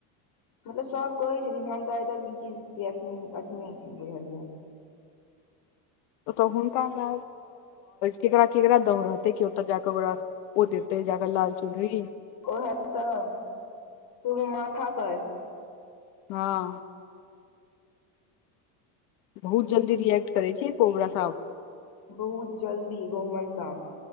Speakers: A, on the left (about 50°); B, on the left (about 75°).
A: मतलब सब कहे छथिन हम तऽ आइ तक ई चीज के अथि नै बुझलियै हें।
B: ओतय हुनका अंगना ककरा केकरा दौड़ रहतै कि ओतय जा कऽ ओकरा ओ देतेै जाकऽ लाल चूनरी।
A: ओहे तऽ सेहो माथा पर।
B: हाँ। बहुत जल्दी रिएक्ट करै छै कोबरा सांप।
A: बहुत जल्दी गहुंमन साँप।